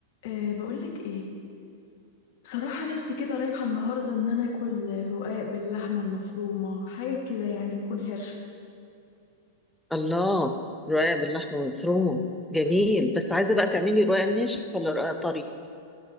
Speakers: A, on the left; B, in the centre.
A: أه بقولك ايه بصراحة نفسي كده رايحة النهاردة ان انا اكل رقاق باللحمة المفرومة حاجة كده يعني تكون حرشة
B: الله رقاق باللحمة المفرومة جميل بس عايزة بقى تعملي رقاق ناشف ولا رقاق طري